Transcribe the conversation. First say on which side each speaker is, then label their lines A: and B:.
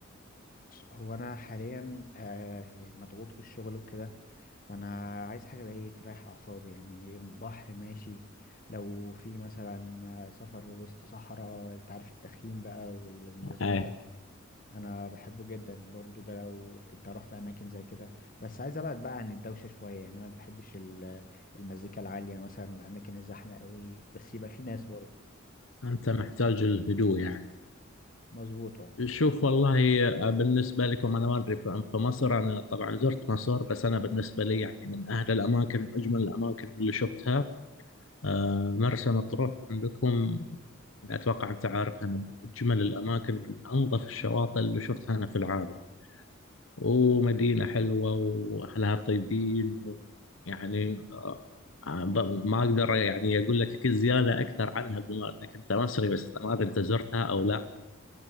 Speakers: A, on the left (about 45°); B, on the left (about 75°).
A: هو انا حاليا آه، يعني مضغوط في الشغل وكده فانا عايز حاجة بقى ايه تريح اعصابي يعني بحر ماشي لو في مثلا آه، سفر وسط صحراء انت عارف التخييم بقى وال- والنظام
B: إيه
A: ده انا بحبه جدا برضو ده لو انت رحت اماكن زي كده بس عايز ابعد بقى عن الدوشه شويه يعني انا ما بحبش ال- المزيكا العاليه مثلا والاماكن الزحمه قوي بس يبقى في ناس برضو
B: أنت محتاج الهدوء يعني
A: مظبوط اه
B: شوف والله آه، بالنسبة لكم أنا ما أدري في في مصر أنا طبعا زرت مصر بس أنا بالنسبة لي يعني من أهل الأماكن وأجمل الأماكن اللي شفتها آه، مرسى مطروح عندكم أتوقع أنت عارفها من أجمل الأماكن من أنظف الشواطئ اللي شفتها أنا في العالم ومدينة حلوة وأهلها طيبين يعني آه، آه، ب- ما أقدر يعني أقول لك كل زيادة أكثر عنها بما أنك أنت مصري بس ما أدري أنت زرتها أو لا